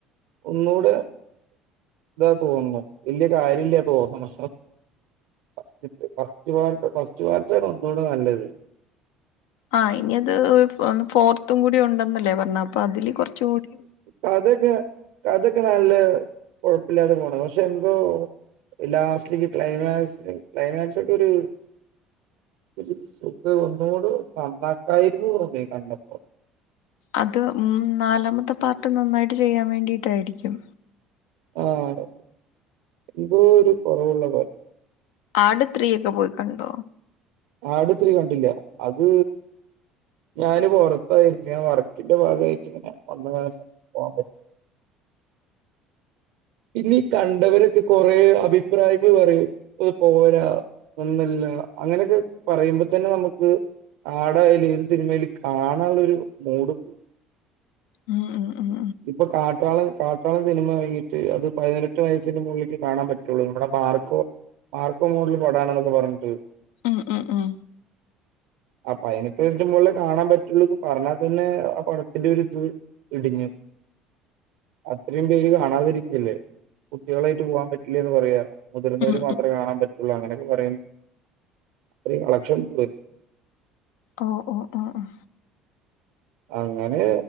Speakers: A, on the right; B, on the left.
A: ഒന്നൂടെ ഇതാ തോന്നുന്നു വെല്യാ കാര്യല്ല്യാ തോന്നുന്നു ഫസ്റ്റ് ത്തേ ഫസ്റ്റ് വാൽട്ടർ ഫസ്റ്റ് വാൽട്ടർ ആണ് ഒന്നൂടെ നല്ലത്
B: ആഹ് ഇനി അത് ഫോർത്തും കൂടി ഉണ്ടെന്നല്ലേ പറഞേ അപ്പൊ അതില് കൊറച്ചുടി
A: കഥക്കെ കഥക്കെ നല്ല കൊഴപ്പല്ലാതെ പോണ പക്ഷെ എന്തോ ലാസ്റ്റിൽക്ക് ക്ലൈമാക്സ് ക്ലൈമാക്സ് ഒക്ക ഒരു ഒരു സുഖം ഒന്നൂടു നന്നാക്കായിരുന്നു തോന്നി കണ്ടപ്പോ
B: അത് ഉം നാലാമത്തെ പാർട്ട് നന്നായിട്ട് ചെയ്യാൻ വേണ്ടിയിട്ടായിരിക്കും
A: ആഹ് എന്തോ ഒരു കൊറവുള്ള പോലെ
B: ആട്ത്രീയൊക്കെ പോയി കണ്ടോ
A: ആട്ത്രി കണ്ടില്ല അത് ഞാന് പോറത്തായിരുന്നു ഞാൻ വർക്കിന്റെ ഭാഗായിട്ട് ഇങ്ങനെ വന്നതായിരുന്നു പോകാൻ പറ്റി ഇനി കണ്ടവരൊക്കെ കൊറേ അഭിപ്രായങ്ങൾ പറയൂ ഇത് പോരാ ഒന്നല്ല അങ്ങനെയൊക്കെ പറയുമ്പോ തന്നെ നമുക്ക്, ആടായാലും ഏത് സിനിമേലും കാണാനുള്ള ഒരു മൂഡ് പോവും,
B: ഉം ഉം
A: ഇപ്പൊ കാട്ടാളം കാട്ടാളം സിനിമ എറങ്ങീട്ട് അത് പതിനെട്ട് വയസ്സിന്റെ മുകളിലേക്ക് കാണാൻ പറ്റുള്ളു, നമ്മുടെ മാർക്കോ, വാർക്കോ മോഡൽ പടാണെന്നൊക്കെ പറഞ്ഞിട്ട്,
B: ഉം ഉം ഉം
A: അപ്പൊ പതിനെട്ടു വയസ്സിന് മേലെ കാണാൻ പറ്റുള്ളൂന്ന് പറഞ്ഞാൽ തന്നെ ആ പടത്തിന്റൊരിത് ഇടിഞ്ഞു, അത്രയും പേര് കാണാതിരിക്കല്ലേ, കുട്ടികളായിട്ട് പോകാൻ പറ്റില്ലാന്ന് പറയാ മുതിർന്നവര്
B: ഉം
A: മാത്രേ
B: ഉം.
A: കാണാൻ പറ്റ ള്ളു അങ്ങനെയൊക്കെ പറയും അത്രയും കളക്ഷൻ പോയ്
B: ഓഹ് ഓഹ് ആഹ് ആഹ്,
A: അങ്ങനെ